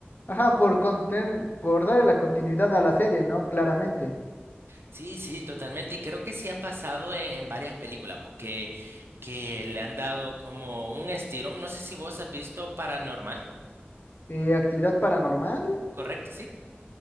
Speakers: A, on the left (about 50°); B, on the right (about 70°).
A: Ajá, por conten- por darle la continuidad a la serie, ¿no? Claramente.
B: Sí, sí, totalmente, y creo que sí ha pasado en, en varias películas, porque que le han dado como un estirón, no sé si vos has visto Paranormal,
A: Eh, actividad paranormal.
B: ¿correcto? Sí.